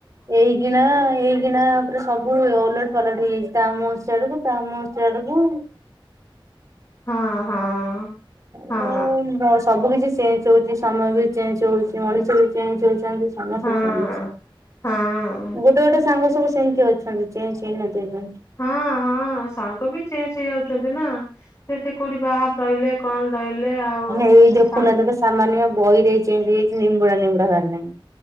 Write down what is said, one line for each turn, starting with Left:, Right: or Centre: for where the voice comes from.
Right: ଏଇ କିିଣା ଏ କିିଣା ପରେ ସବୁ ଓଲଟ ପାଲଟ ହେଇଯାଇଛି, ତା ମୁଁହ ଆଡକୁ ତା ମୁଁହ ଆଡକୁ।
Left: ହଁ ହଁ।
Right: ଆଉ
Left: ହଁ
Right: ବା ସବୁ କିଛି ଚେଞ୍ଜ ହଉଛି ସମୟ ବି ଚେଞ୍ଜ ହଉଛି ମଣିଷ ବି ଚେଞ୍ଜ ହଉଛନ୍ତି। ସମସ୍ତେ
Left: ହଁ
Right: ଚେଞ୍ଜ।
Left: ହଁ।
Right: ଗୋଟେ ଗୋଟେ ସାଙ୍ଗ ସବୁ ସେମିତି ଅଛନ୍ତି। ଚେଞ୍ଜ ହେଇନଥିପେ ପା।
Left: ହଁ ହଁ ସାଙ୍ଗ ବି ଚେଞ୍ଜ ହେଇଯାଉଛନ୍ତି ନା। ସେଠି କୋଉଠି ବା ରହିଲେ କଣ ରହିଲେ ଆଉ
Right: ଏଇ ଦେଖୁନାହାନ୍ତି
Left: ସା
Right: ଗୋଟେ ସାମାନ୍ୟ ବହିରେ ଏଇ ଚେଞ୍ଜ ହେଇଯାଇଚି ନିମ୍ବୁଡା ନିମ୍ୱୁଡ଼ା ବାହାରିଲାଣି।